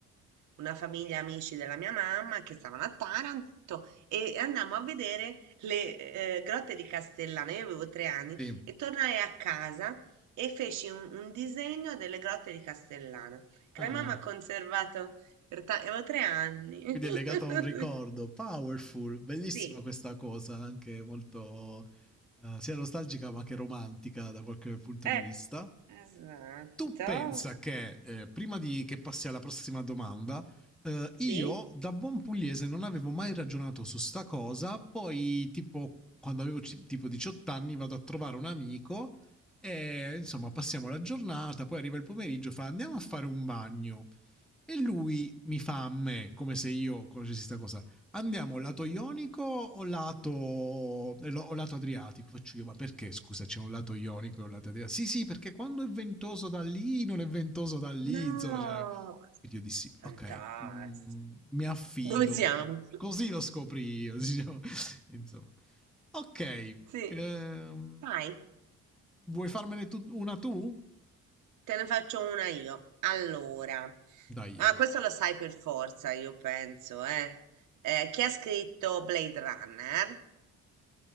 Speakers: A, on the right; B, in the centre.
A: una famiglia amici della mia mamma che stavano a Taranto e andammo a vedere le eh, grotte di Castellana. Io avevo tre anni
B: Sì.
A: e tornai a casa e feci un, un disegno delle grotte di Castellana. Crema
B: Ah,
A: mi ha conservato per ta- avevo tre anni.
B: quindi
A: <laughs>
B: è legato a un ricordo. Powerful, bellissima
A: Sì,
B: questa cosa, anche molto eh, sia nostalgica ma che romantica da qualche punto
A: eh,
B: di vista.
A: esatto.
B: Tu pensa che, eh, prima di che passi alla prossima domanda, eh, io
A: Sì?
B: da buon pugliese non avevo mai ragionato su sta cosa, poi tipo quando avevo ci- tipo 18 anni vado a trovare un amico e insomma passiamo la giornata, poi arriva il pomeriggio, fa andiamo a fare un bagno. E lui mi fa a me, come se io conoscessi sta cosa, Andiamo lato ionico o lato, o lato adriatico? Faccio io, ma perché scusa c'è un lato ionico e un lato adriatico? Sì, sì, perché quando è ventoso da lì non è ventoso da lì,
A: No,
B: insomma. cioè. Quindi io dissi,
A: fantastico.
B: ok, mm, mi affido.
A: Dove siamo?
B: Così lo scopri io, diciamo. <laughs> insomma. Ok,
A: Sì.
B: ehm,
A: Vai,
B: vuoi farmene tu- una tu?
A: te ne faccio una io. Allora,
B: Dai.
A: ah, questo lo sai per forza, io penso, eh. Eh, chi ha scritto Blade Runner?